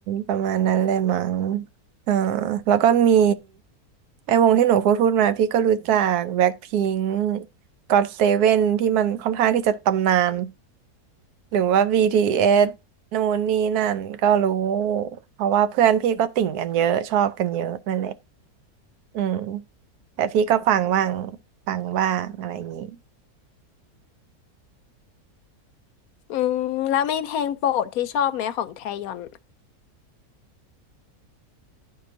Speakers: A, on the right; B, on the left.
A: ประมาณนั้นเลยมั้งอ่าแล้วก็มีไอ้วงที่หนูพูดพูดมาพี่ก็รู้จักแบ็คพิงค์ก็อตเซเว่นที่มันค่อนข้างที่จะตำนานหรือว่า BTS นู่นนี่นั่นก็รู้เพราะว่าเพื่อนพี่ก็ติ่งกันเยอะชอบกันเยอะนั่นแหละอืมแต่พี่ก็ฟังบ้างฟังบ้างอะไรอย่างนี้
B: อืมแล้วไม่เพลงโปรดที่ชอบไหมของแทยอน